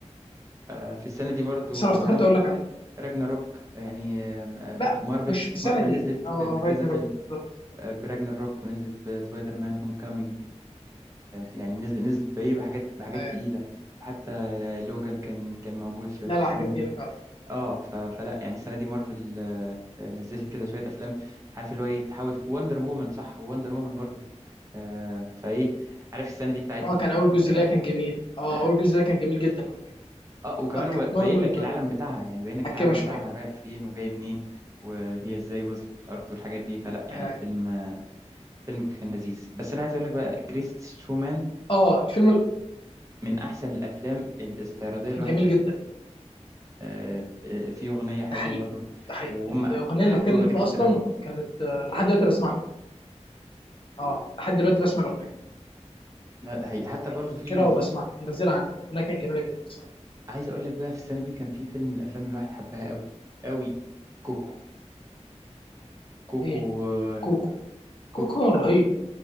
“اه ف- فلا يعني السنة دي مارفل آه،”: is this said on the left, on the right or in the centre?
Right